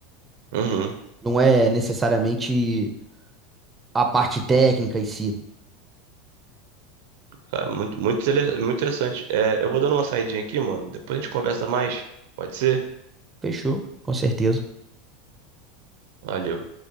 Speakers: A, on the right; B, on the right.
A: uhum.
B: Não é necessariamente a parte técnica em si.
A: Cara, muito, muito, tele- muito interessante. É, eu vou dando uma saidinha aqui, mano. Depois a gente conversa mais. Pode ser?
B: Fechou, com certeza.
A: Valeu.